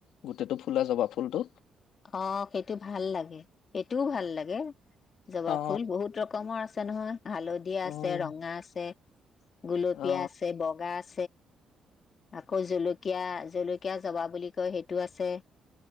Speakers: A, on the left; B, on the left.
A: গোটে টো ফুলা জবাব ফুল টো।
B: অ! সেইটো ভাল লাগে। এইটোও ভাল লাগে। জবাব
A: অ
B: ফুল বহুত ৰকমৰ আছে নহয়। হালধীয়া
A: উম
B: আছে, ৰঙা আছে। গুলপীয়া
A: অ
B: আসে, বগা আ <inaudible> আকৌ জলকীয়া, জলকীয়া জবাব বুলি কয় সেইটো আছে।